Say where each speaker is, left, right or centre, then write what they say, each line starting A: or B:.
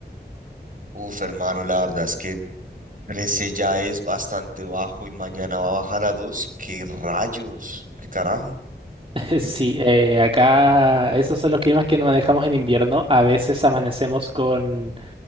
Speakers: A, on the right (about 50°); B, on the right (about 30°).
A: uf, hermano, la verdad es que 13 ya es bastante bajo y mañana va a bajar a 2. ¡Qué rayos! ¡Qué carajo!
B: <laughs>
A: <laughs>
B: Sí, eh, acá esos son los climas que nos manejamos en invierno. A veces amanecemos con